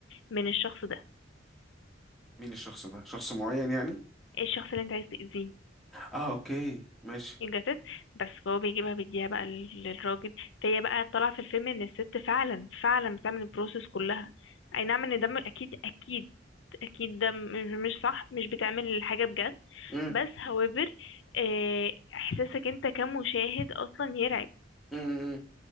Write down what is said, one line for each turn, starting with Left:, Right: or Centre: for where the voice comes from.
Left: من الشخص ده
Centre: مين الشخص ده شخص معين يعني
Left: ايه الشخص اللي انت عايز تأذيه
Centre: اه اوكي ماشي
Left: الجساس بس فهو بيجيبها بيديها بقى لل- للراجل فهي بقى طالعة في الفيلم ان الست فعلا فعلا بتعمل البروسيس كلها اي نعم ان ده م- اكيد اكيد اكيد ده م- مش صح مش بتعمل الحاجة بجد
Centre: امم
Left: بس however آه، احساسك انت كمشاهد اصلا يرعب
Centre: امم